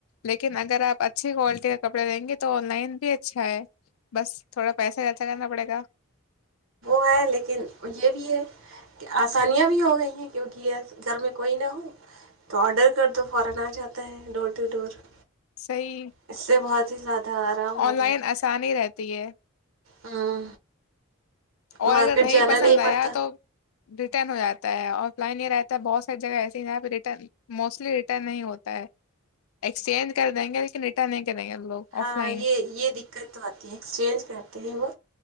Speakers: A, on the left; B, on the right.
A: لیکن اگر آپ اچھی کوالٹی کا کپڑے لیں گے تو آن لائن بھی اچھا ہے بس تھوڑا پیسہ ارچھا کرنا پڑے گا
B: <unintelligible>
A: صحی
B: اس سے بہت ہی زیادہ آرام ہو
A: آن لائن آسانی ہی رہتی ہے
B: ہاں
A: اور
B: مارکیٹ
A: اگر
B: جانا
A: پسند
B: نہیں
A: آیا
B: پڑتا
A: تو ریٹرن ہو جاتا ہے آف لائن یہ رہتا ہے بہت ساری جگہ ایسی جہاں پہ رٹن موسٹلی ریٹرن نہیں ہوتا ہے ایکسچینج کر دیں گے لیکن ریٹرن کریں گے لوگ
B: ہاں
A: آف لائن
B: یہ یہ دقت تو آتی ہے ایکسچینج کرتے ہیں وہ